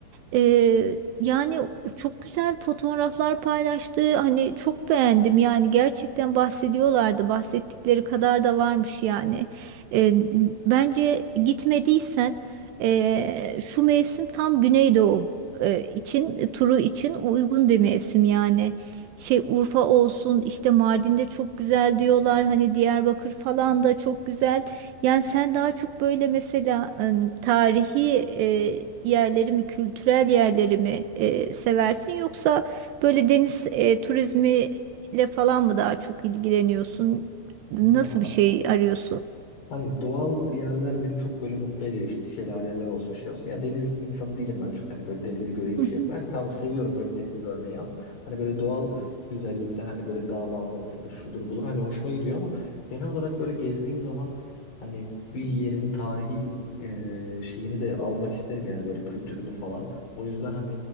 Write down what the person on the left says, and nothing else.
Ya
Hani doğal yerler beni çok böyle mutlu ediyor işte şelaleler olsun şey olsun. Ya deniz insanı değilim ben çok hani böyle denizi göreyim
şey yapayım. Hani tamam seviyorum evet deniz görmeyi ama hani böyle doğal güzellikler hani böyle dağ manzarasıdır şudur budur hani hoşuma gidiyor ama genel olarak böyle gezdiğim zaman hani bir yerin tarihi e, şeyini de almak isterim yani böyle kültürünü falan. O yüzden hani